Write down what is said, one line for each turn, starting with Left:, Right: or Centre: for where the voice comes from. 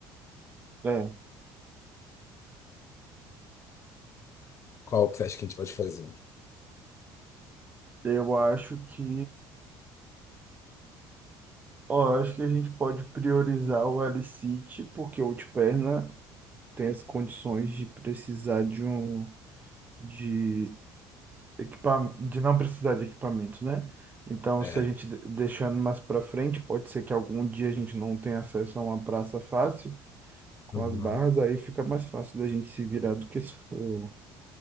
Right: É.
Left: Qual que você acha que a gente pode fazer?
Right: Eu acho que. Ó, eu acho que a gente pode priorizar o Alicite, porque o Ultiperna ter as condições de precisar de um de equipa, de não precisar de equipamentos, né? Então,
Left: É.
Right: se a gente de- deixando mais para frente, pode ser que algum dia a gente não tenha acesso a uma praça fácil com
Left: Uhum.
Right: as barras, aí fica mais fácil da gente se virar do que se for,